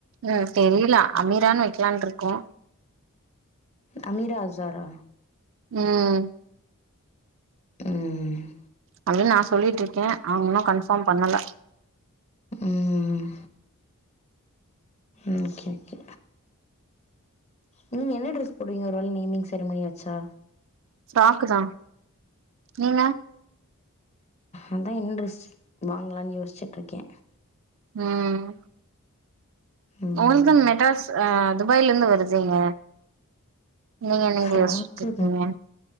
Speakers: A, on the right; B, on the left.
A: ம் தெரியல அமீரான் வக்கலான்ட்ருக்கோ
B: அமீரா அஜாரா
A: ம்
B: ம்
A: அப்டின் நா சொல்லிட்ருக்கே அவுங்க இன்னு கன்ஃபாம் பண்ணல
B: ம் ம் ஓகே ஓகே நீங்க என்ன ட்ரெஸ் புடிங்காரோல் நேமிங் செருமணி ஆச்சா
A: ஸ்டாக்கு தா நீங்க
B: அதா என்ற ட்ரெஸ் வாங்கலான் யோஸ்ச்சுட்ருக்கே
A: ம்
B: ம்
A: உங்கலுக்தா மெட்ராஸ் அ துபாய்ல இருந்து வருதுங்க நீங்க என்னங்
B: ஃப்ராக்கு
A: யோஸ்ட்ருக்கீங்க